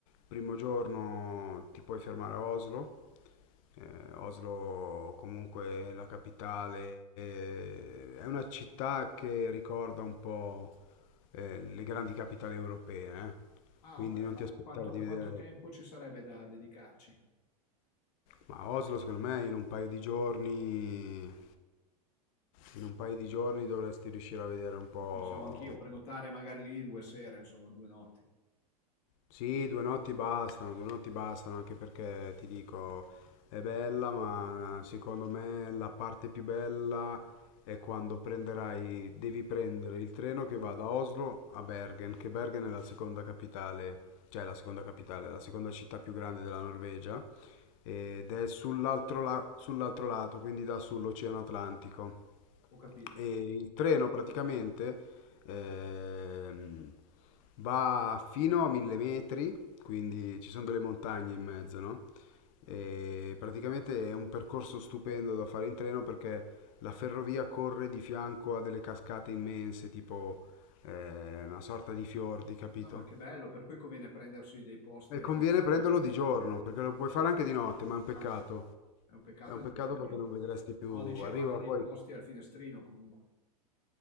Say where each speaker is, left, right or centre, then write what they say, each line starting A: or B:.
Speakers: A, on the left; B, on the left.
A: primo giorno ti puoi fermare a Oslo. Eh, Oslo, comunque è la capitale, eh, è una città che ricorda un po' eh, le grandi capitali europee, eh.
B: Ah,
A: Quindi
B: ok,
A: non
B: ma
A: ti aspettare
B: quanto,
A: di vedere...
B: quanto tempo ci sarebbe da dedicarci?
A: Ma Oslo, secondo me, in un paio di giorni... In un paio di giorni dovresti riuscire a vedere un po'
B: Pensavo anch'io, prenotare magari lì due sere, insomma, due notti.
A: Sì, due notti bastano, due notti bastano, anche perché ti dico, è bella, ma secondo me la parte più bella è quando prenderai, devi prendere il treno che va da Oslo a Bergen, che Bergen è la seconda capitale, cioè la seconda capitale, la seconda città più grande della Norvegia, ed è sull'altro la- sull'altro lato, quindi dà sull'Oceano Atlantico.
B: Ho capito.
A: E il treno praticamente ehm, va fino a 1000 metri, quindi ci sono delle montagne in mezzo, no? E praticamente è un percorso stupendo da fare in treno perché la ferrovia corre di fianco a delle cascate immense, tipo eh, una sorta di fiordi, capito?
B: No, ma che bello, per cui conviene prendersi dei posti
A: E
B: al
A: conviene
B: finestrino.
A: prenderlo di giorno, perché lo puoi fare anche di notte, ma è un peccato.
B: Ah, è un peccato
A: È un
B: che non
A: peccato
B: vedi niente.
A: perché non vedresti più.
B: No, dicevo
A: Arriva
B: anche dei
A: poi.
B: posti al finestrino comunque.